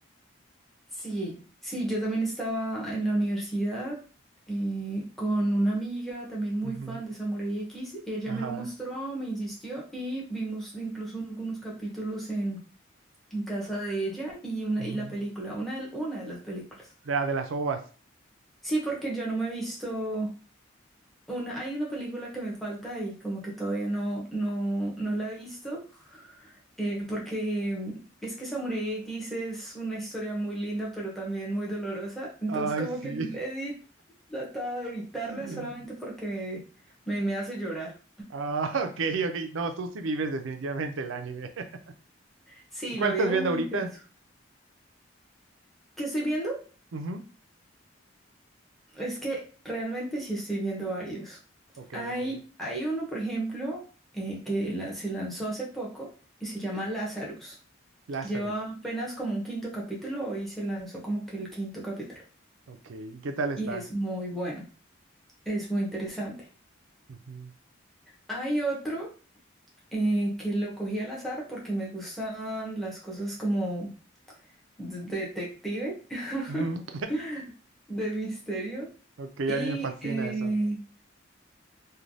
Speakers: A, in the centre; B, on the right.
A: Sí, sí, yo también estaba en la universidad eh, con una amiga también muy
B: Ujú,
A: fan de Samurai X. Ella
B: Ajá.
A: me lo mostró, me insistió y vimos incluso algunos capítulos en, en casa de ella y, una,
B: ujú.
A: y la película, una de, una de las películas.
B: De, la- de las ovas.
A: Sí, porque yo no me he visto una, hay una película que me falta y como que todavía no, no, no la he visto. eh, porque es que Samurai X es una historia muy linda, pero también muy dolorosa. Entonces,
B: Ay,
A: como
B: sí.
A: que no he tratado de evitarla
B: <laughs>
A: solamente porque me, me hace llorar.
B: Ah, <laughs> ok, ok. No, tú sí vives definitivamente el anime. <laughs>
A: Sí,
B: ¿Cuál
A: lo
B: estás
A: vivo
B: viendo
A: muy
B: ahorita?
A: intenso. ¿Qué estoy viendo?
B: Ujú.
A: Es que realmente sí estoy viendo varios.
B: Ok,
A: Hay,
B: ok.
A: hay uno, por ejemplo, eh, que la- se lanzó hace poco y se llama Lazarus.
B: Lazarus.
A: Lleva apenas como un quinto capítulo y se lanzó como que el quinto capítulo.
B: Ok, ¿y qué tal está?
A: Y es muy bueno. Es muy interesante.
B: Ujú.
A: Hay otro eh, que lo cogí al azar porque me gustan las cosas como de- detective,
B: Ujú.
A: <laughs> de misterio.
B: Ok, a
A: Y
B: mí me fascina
A: eh,
B: eso.